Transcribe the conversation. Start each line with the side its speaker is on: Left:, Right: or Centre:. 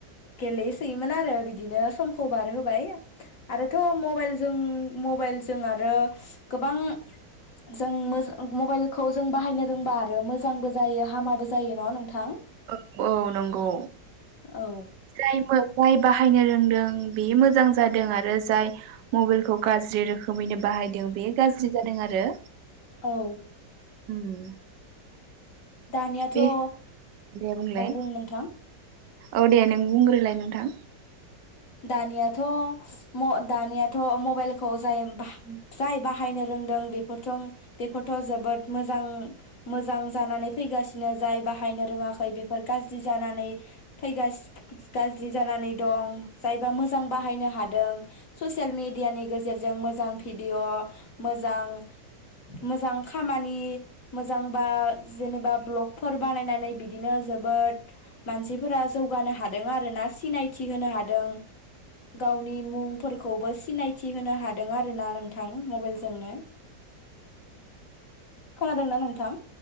Left: गेलेयोसोयोमोन आरो बिदिनो सम खौ बारहोबाय आरोथ मबाइलजों मबाइलजों आरो गोबां जों मोजा मबाइलखौ जों बाहायनो रोंबा आरो मोजांबो जायो हामाबो जायो ना नोंथां?
Right: औ औ नंगौ
Left: औ
Right: जायोमो जाय बाहायनो रोंदों बे मोजां जादों आरो जाय मबाइलखौ गाज्रि रोखोमैनो बाहायदों बेयो गाज्रि जादों आरो।
Left: औ।
Right: उम।
Left: दानियाथ'
Right: बे
Left: औ
Right: दे बुंलाय
Left: बुं नोंथां।
Right: औ दे नों बुंग्रोलाय नोंथां।
Left: दानियाथ म दानियाथ मबाइलखौ जाय बाहा जाय बाहायनो रोंदों बेफोरथ बेफोरथ जोबोद मोजां मोजां जानानै फैगासिनो जाय बाहायनो रोङाखै बेफोर गाज्रि जानानै फैगासि गाज्रि जानानै दं। जायबा मोजां बाहायनो हादों ससियेल मेडियानि गेजेरजों मोजां भिडिय मोजां मोजां खामानि मोजांबा जेनेबा ब्लगफोर बानायनानै बिदिनो जोबोद मानसिफोरा जौगानो हादों आरोना सिनायथि होनो हा दों। गावनि मुं फोरखौबो सिनायथि होनो हादों आरोना नोंथां मबाइलजोंनो। खोनादोंना नोंथां?